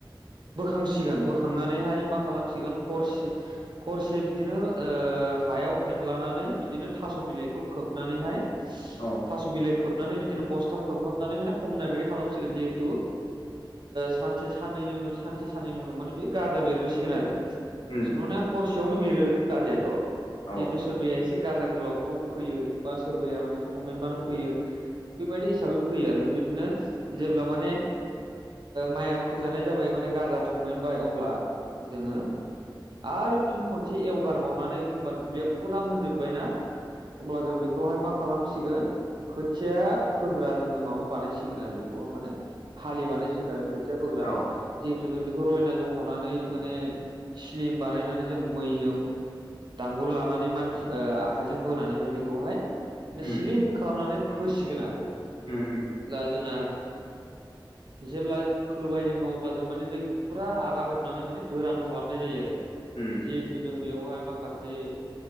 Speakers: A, on the right; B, on the left.
A: बोखांसिगोन बोखांनानैहाय मा खालामसिगोन हरसे हरसे बिदिनो हायाव फेनलानानै बिदिनो थास' बिलाइखौ खोबनानैहाय
B: औ
A: थास' बिलाइ खोबनानै बिदिनो बस्था खोबहाबनानै माने हमनाय बायदि खालामसिगोन जिहेतु सानसे साननैनि उनाव सानसे साननैनि उनाव माने बियो गाजा बेरबोसिगोन आरो।
B: उम
A: सोंबाना हरसेयावनो बेरो गाजियाथ'
B: औ
A: जिहेथु सोरबाया एसे गा गोलावखौ फैयो बा सोरबाया माने थमेनबानो फैयो। बेबायदि हिसाबै फैयो आरो। बे बायदिनो जेब्ला माने माइया फोजानाय जाबाय माने गाजा थमेनबाय अब्ला जोङो
B: उम
A: आरो फिन खनसे एवगारबावनानै हखबा दुब्लिया फुरा मोनजोब्बायना हब्ला जों बेखौहाय मा खालामसिगोन खोथि खोथिया फोग्रा जोङो माबा बानायसिगोन आरो बेखौ माने हालि बानायसिगोन आरो। खोथि खोथिया फोग्रा
B: औ औ
A: जिहेतु जों बेखौ रयनाजों हनानै माने स्लिम बानायनानै जों मैजों दांगुर लानानै मानसि आखाइजों बोनानैहाय बेखौहाय
B: उम
A: स्लिम खालामनानै फोसिगोन आरो।
B: उम
A: दा जोंना जेब्ला फोबाय जोङो अब्ला जों माने दैखौ फुरा आगारजोबनानै माने गोरान खालामनाय जायो आरो।
B: उम
A: जिहेथु जों बेयावहाय माखासे